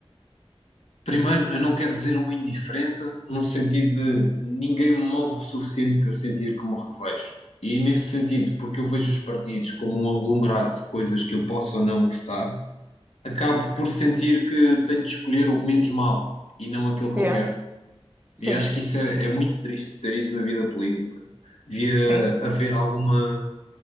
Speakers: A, on the left (about 85°); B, on the right (about 20°).
A: Primeiro, eu não quero dizer uma indiferença, no sentido de ninguém me move o suficiente para eu sentir que me revejo. E nesse sentido, porque eu vejo os partidos como um aglomerado de coisas que eu posso ou não gostar, acabo por sentir que tenho de escolher o menos mau e não aquele que
B: É,
A: eu quero.
B: sim,
A: E acho que isso é, é muito triste ter isso na vida política. Devia
B: sim,
A: haver alguma